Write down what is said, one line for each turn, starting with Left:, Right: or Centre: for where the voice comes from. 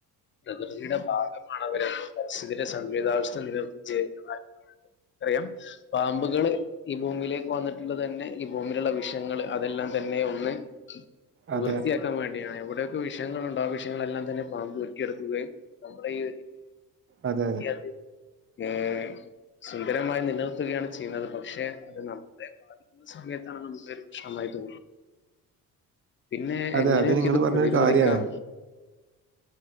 Left: പ്രകൃതിയുടെ ഭാഗമാണ് അവര് പരിസ്ഥിതി സന്തുലിതാവസ്ഥ നിലനിർത്തു ചെയുന്ന അറിയാം പാമ്പുകള് ഈ ഭൂമിയിലേക്ക് വന്നിട്ടുള്ളതെന്നെ ഈ ഭൂമിയില്ള്ള വിഷയങ്ങള് അതെല്ലാം തന്നെ ഒന്ന്
Right: അതെ
Left: വൃത്തിയാക്കാൻ വേണ്ടി എവിടെയൊക്ക വിഷയങ്ങളുണ്ടൊ ആഹ് വിഷയങ്ങളെല്ലാം തന്നെ പമ്പൂറ്റിയെടുക്കുകയും നമ്മുടെ ഈ
Right: അതെ അതെ
Left: <unintelligible> ഏഹ് സുന്ദരമായി നിലനിർത്തുകയാണ് ചെയ്യുന്നത് പക്ഷെ അത് നമ്മളെ ബാധിക്കുന്ന സമയത്ത് <unintelligible> തോന്നും പിന്നെ
Right: അതെ
Left: എങ്ങനെയൊക്കെ
Right: അത് നിങ്ങള്
Left: ഇത്
Right: പറഞ്ഞൊരു
Left: പ്രതിരോധിക്കാം
Right: കാര്യാണ്